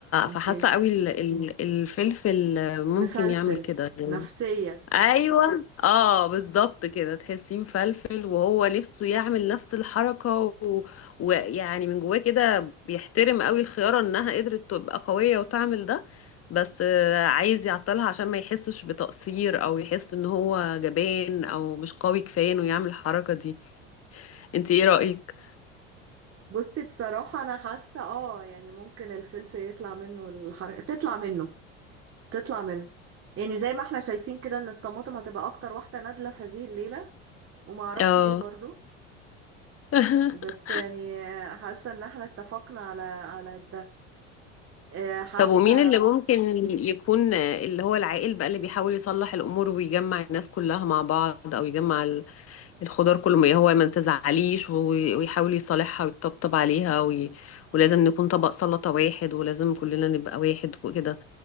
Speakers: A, on the right (about 40°); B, on the left (about 40°).
A: اوكي
B: فحاسة قوي ال- ال- الفلفل آه، ممكن
A: مفلفل
B: يعمل كده
A: نفسية
B: ايوه اه بالظبط كده تحسيه مفلفل وهو نفسه يعمل نفس الحركه و- ويعني من جواه كده بيحترم قوي الخياره انها قدرت تبقى قويه وتعمل ده بس آه، عايز يعطلها عشان ما يحسش بتقصير او يحس ان هو جبان او مش قوي كفايه انه يعمل الحركه دي انت ايه رايك
A: بصي بصراحة أنا حاسة اه يعني ممكن الفلفل يطلع منه الحركة تطلع منه تطلع منه يعني زي ما احنا شايفين كده ان الطماطم هتبقى أكتر واحدة نادلة في هذه الليلة وما أعرفش
B: اه
A: ليه برضو
B: <laughs>
A: بس يعني حاسة ان احنا اتفقنا على على ده آه، حاسة
B: طب ومين اللي ممكن يكون اللي هو العاقل بقى اللي بيحاول يصلح الأمور ويجمع الناس كلها مع بعض أو يجمع الخضار كله ما- هو ما تزعليش وي- ويحاول يصالحها ويطبطب عليها وي... ولازم نكون طبق سلطة واحد ولازم كلنا نبقى واحد وكده